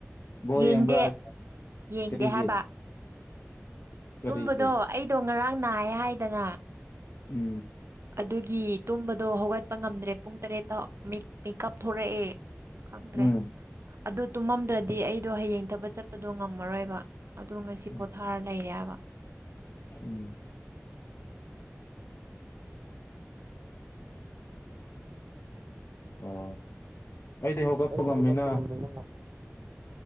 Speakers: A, on the left; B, on the right.
A: ꯕꯣꯜ
B: ꯌꯦꯡꯗꯦ
A: ꯌꯦꯡꯕ꯭ꯔꯥ ꯍꯥꯏꯅꯦ
B: ꯌꯦꯡꯗꯦ
A: ꯀꯔꯤꯒꯤ
B: ꯍꯥꯏꯕ
A: ꯀꯔꯤꯒꯤ
B: ꯇꯨꯝꯕꯗꯣ ꯑꯩꯗꯣ ꯉꯔꯥꯡ ꯅꯥꯏꯑꯦ ꯍꯥꯏꯗꯅꯥ
A: ꯎꯝ
B: ꯑꯗꯨꯒꯤ ꯇꯨꯝꯕꯗꯣ ꯍꯧꯒꯠꯄ ꯉꯝꯗ꯭ꯔꯦ ꯄꯨꯡ ꯇꯔꯦꯠꯇꯣ ꯃꯤꯠ ꯃꯤꯀꯞ ꯊꯣꯔꯛꯑꯦ ꯈꯪꯗ꯭ꯔꯦ
A: ꯎꯝ
B: ꯑꯗꯨ ꯇꯨꯝꯃꯝꯗ꯭ꯔꯗꯤ ꯑꯩꯗꯣ ꯍꯌꯦꯡ ꯊꯕꯛ ꯆꯠꯄꯗꯣ ꯉꯝꯃꯔꯣꯏꯕ ꯑꯗꯣ ꯉꯁꯤ
A: ꯎꯝ
B: ꯄꯣꯊꯥꯔ ꯂꯩꯔꯦꯕ
A: ꯎꯝ ꯑꯣ ꯑꯩꯗꯤ ꯍꯧꯒꯠꯄ
B: ꯑꯩꯗꯣ
A: ꯉꯝꯃꯤꯅꯥ
B: ꯉꯝꯗꯅ